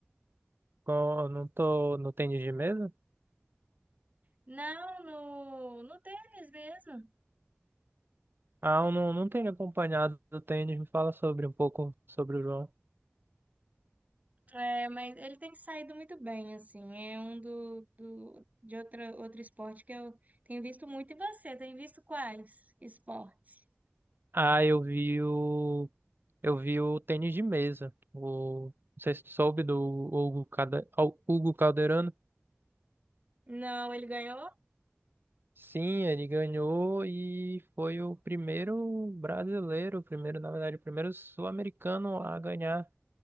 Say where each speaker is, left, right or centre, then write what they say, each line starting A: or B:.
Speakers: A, on the right; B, on the right.
A: Eu não tô no tênis de mesa?
B: Não, no, no tênis mesmo.
A: Ah, eu não, não tenho acompanhado o tênis. Me fala sobre um pouco sobre o João.
B: É, mas ele tem saído muito bem, assim. É um do, do, de outra, outro esporte que eu tenho visto muito. E você, tem visto quais esportes?
A: Ah, eu vi o. Eu vi o tênis de mesa. O, não sei se tu soube do Hugo, Cade, Hugo Calderano.
B: Não, ele ganhou?
A: Sim, ele ganhou e foi o primeiro brasileiro, o primeiro, na verdade, o primeiro sul-americano a ganhar